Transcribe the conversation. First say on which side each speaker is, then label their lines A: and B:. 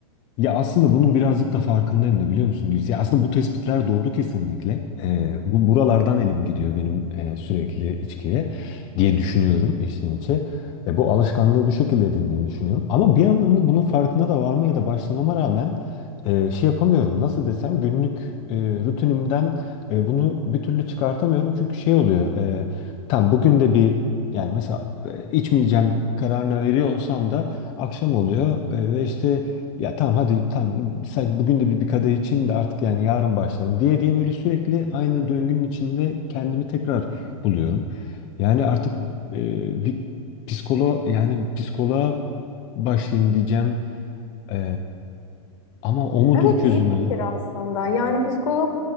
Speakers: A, on the left; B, on the left.
A: Ya aslında bunun birazcık da farkındayım da biliyor musun Gülsü? Ya aslında bu tespitler doğru kesinlikle. Ee, bu buralardan elim gidiyor benim e, sürekli içkiye diye düşünüyorum içten içe. Ve bu alışkanlığı bu şekilde edindiğimi düşünüyorum. Ama bir yandan da bunun farkına da varmaya da başlamama rağmen e, şey yapamıyorum. Nasıl desem günlük e, rutinimden e, bunu bir türlü çıkartamıyorum. Çünkü şey oluyor. E, tam bugün de bir yani mesela e, içmeyeceğim kararını veriyor olsam da akşam oluyor e, ve işte ya tamam hadi tamam sadece bugün de bir, bir kadeh içeyim de artık yani yarın başlarım diye diye böyle sürekli aynı döngünün içinde kendimi tekrar buluyorum. Yani artık e, bir psikolo yani psikoloğa başlayayım diyeceğim. E, ama o mudur
B: Evet
A: çözümü?
B: iyi fikir aslında. Yani psikolog